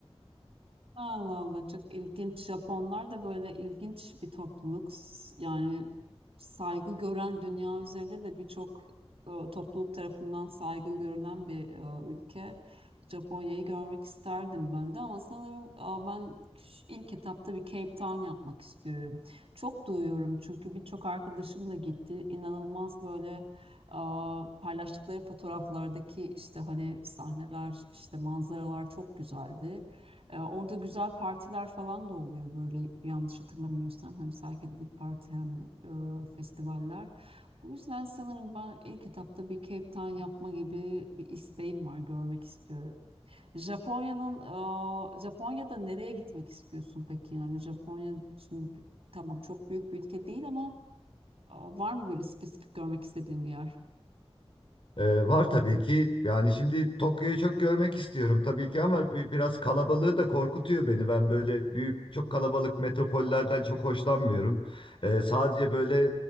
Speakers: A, on the right; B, on the left.
A: Allah Allah çok ilginç. Japonlar da böyle ilginç bir topluluk. S- Yani saygı gören dünya üzerinde de birçok e, topluluk tarafından saygı görülen bir e, ülke. Japonya'yı görmek isterdim ben de ama sanırım e, ben ş- ilk etapta bir Cape Town yapmak istiyorum. Çok duyuyorum çünkü birçok arkadaşım da gitti. İnanılmaz böyle e, paylaştıkları fotoğraflardaki işte hani sahneler, işte manzaralar çok güzeldi. Ee, orada güzel partiler falan da oluyor böyle yanlış hatırlamıyorsam. Hem psychedelic parti hem e, festivaller. Bu yüzden sanırım ben ilk etapta bir Cape Town yapma gibi bir isteğim var. Görmek istiyorum. Japonya'nın e, Japonya'da nereye gitmek istiyorsun peki? Yani Japonya şimdi tamam çok büyük bir ülke değil ama e, var mı böyle spesifik görmek istediğin bir yer?
B: Ee, var tabii ki. Yani şimdi Tokyo'yu çok görmek istiyorum tabii ki ama bi- biraz kalabalığı da korkutuyor beni. Ben böyle büyük, çok kalabalık metropollerden çok hoşlanmıyorum. Ee, sadece böyle